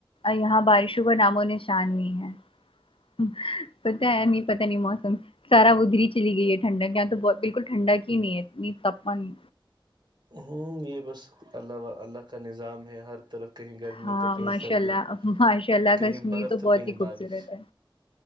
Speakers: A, on the left (about 80°); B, on the right (about 55°).
A: یہاں بارشوں کا ناموں نشان نہیں ہے پتا ہے نہیں پتا نہیں موسم سارا ری چلی گئی ہے ٹھنڈا یہاں تو بالکل ٹھنڈا کی نہیں ہے اتنی تاپان
B: ہوں یہ بس اللہ اللہ کا نظام ہے ہر طرف کہیں گرمی
A: ہاں
B: تو کہیں
A: ماشاء
B: سردی
A: اللہ ماشاء اللہ
B: کہیں
A: کشمیر
B: برف
A: تو بہت
B: کہیں
A: ہی خوبصورت
B: بارش
A: ہے